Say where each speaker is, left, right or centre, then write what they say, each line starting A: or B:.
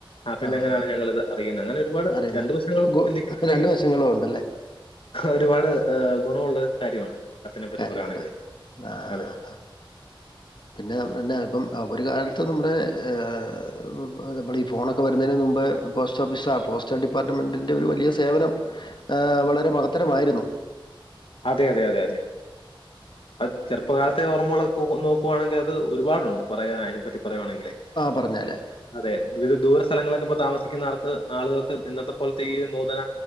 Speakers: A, on the left; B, on the left.
A: ആഹ് പിന്നെ
B: ആ
A: എങ്ങനെയാണ്
B: ആ
A: <unintelligible> അറിയുന്ന അങ്ങനെ ഒരുപാട്
B: അറിയുന്ന
A: രണ്ടു വശങ്ങളും
B: ഗു
A: ചിന്തിക്കുമ്പഴ്ത്തേക്കും
B: രണ്ട് വശങ്ങളും ഉണ്ടല്ലേ
A: ഒരുപാട് ഏഹ് ഗുണമുള്ള ഒരു കാര്യമാണ് കത്തിനെ പറ്റി
B: കാര്യമുണ്ട്
A: പറയുവാണെങ്കില്
B: ആ
A: അതെ
B: ആ ആ പിന്നെ പിന്നെ ഇപ്പം ഒരു കാലത്ത് നമ്മടെ ഏഹ് നമ്മളെ ഈ ഫോണൊക്കെ വരുന്നതിന് മുമ്പ് പോസ്റ്റ് ഓഫീസ പോസ്റ്റൽ ഡിപ്പാർട്ട്മെന്റിന്റെ ഒരു വലിയ സേവനം ഏഹ് വളരെ മഹത്തരമായിരുന്നു
A: അതെ അതെ അതെ അതെ അത് ചെറുപ്പകാലത്ത് ത്തെ ഓർമ്മകളൊക്കെ ഒന്ന് നോക്കുവാണെങ്കിൽ അത് ഒരുപാടുണ്ട് പറയാൻ അതിനെപ്പറ്റി പറയുവാണെങ്കിലേ
B: പറഞ്ഞാല്
A: അതെ വിദൂര സ്ഥലങ്ങളിലൊക്കെ ഇപ്പോ താമസിക്കുന്ന ആർക്ക് ആളുകൾക്ക് ഇന്നത്തെ പോലത്തെ ഈ നൂതന